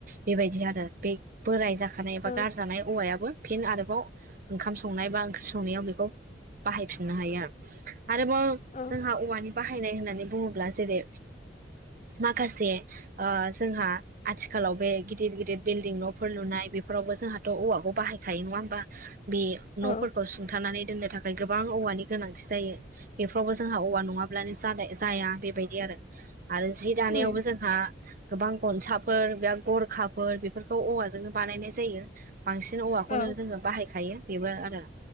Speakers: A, on the right (about 50°); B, on the left (about 40°).
A: बेबायदि आरो बे बोराय जाखानाय एबा
B: औ
A: गारजानाय औवायाबो फिन आरोबाव ओंखाम संनाय बा ओं संनायाव बेखौ बाहायफिननो हायो आरोबाव
B: औ उम औ
A: जोंहा औवानि बाहायनाय होननानै बुङोब्ला जेरै माखासे ओ जोंहा आथिखालाव बे गिदिर-गिदिर बिल्डिं न'फोर लुनाय बेफोरावबो जोंहाथ' औवाखौ बाहायखायो नङा होमबा। बे
B: औ
A: न'फोरखौ सुंथानानै दोननो थाखाय गोबां औवानि गोनांथि जायो। बेफ्रावबो जोंहा औवा नङाब्लानो जानाय जाया बेबायदि आरो। आरो जि दानायावबो
B: उम
A: जोंहा गोबां गनसाफोर बे गरखाफोर बेफोरखौ औवाजोंनो बानायनाय जायो। बांसिन औवाखौनो
B: औ
A: जोङो बाहायखायो बेबो आरो।